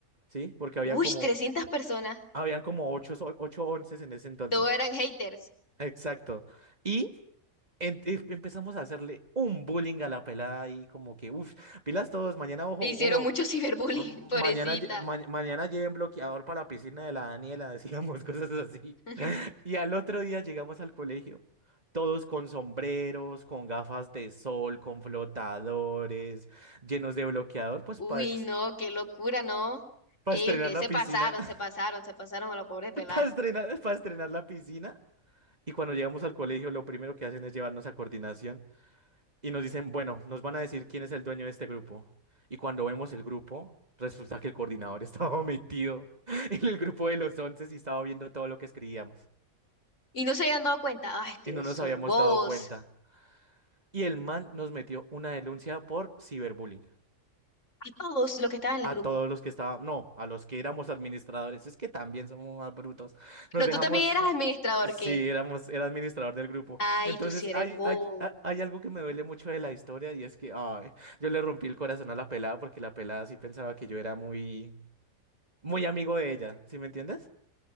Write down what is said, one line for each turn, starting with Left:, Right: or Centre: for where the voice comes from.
Right: ¿sí? Porque habían
Left: Uy,
Right: como,
Left: 300 personas.
Right: habían como ocho, so- ocho onces en ese entonces.
Left: Todos eran haters.
Right: Exacto. Y en- em- empezamos a hacerle un bullying a la pelada y como que, uff, pilas todos, mañana, ojo,
Left: Le hicieron
Right: ojo,
Left: mucho ciberbullying,
Right: mm,
Left: <laughs> pobrecita.
Right: mañana, lle- ma- mañana lleven bloqueador para la piscina de la Daniela, decíamos <laughs> cosas así.
Left: <laughs>
Right: Y al otro día llegamos al colegio, todos con sombreros, con gafas de sol, con flotadores, llenos de bloqueador, pues
Left: Uy,
Right: para
Left: no, qué locura, ¿no? Ey,
Right: estrenar
Left: ustedes
Right: la
Left: se
Right: piscina,
Left: pasaron,
Right: <laughs>
Left: se pasaron, se pasaron a la pobre pelada.
Right: para estrenar, para estrenar la piscina. Y cuando llegamos al colegio, lo primero que hacen es llevarnos a coordinación y nos dicen, bueno, nos van a decir quién es el dueño de este grupo. Y cuando vemos el grupo, resulta que el coordinador <laughs> estaba metido en el grupo de los once y estaba viendo todo lo que escribíamos.
Left: Y no se habían dado cuenta. Ay, ustedes
Right: Y no nos
Left: son
Right: habíamos
Left: bobos.
Right: dado cuenta. Y el man nos metió una denuncia por ciberbullying.
Left: A todos los que estaban en
Right: A
Left: el grupo.
Right: todos los que estaban, no, a los que éramos administradores. Es que también somos más brutos. Nos
Left: Pero
Right: dejamos,
Left: tú también eras administrador,
Right: sí,
Left: ¿qué?
Right: éramos, era administrador del grupo.
Left: Ay,
Right: Entonces,
Left: tú sí eres
Right: hay,
Left: bobo.
Right: hay, ha- hay algo que me duele mucho de la historia y es que, ay, yo le rompí el corazón a la pelada porque la pelada sí pensaba que yo era muy, muy amigo de ella, ¿sí me entiendes?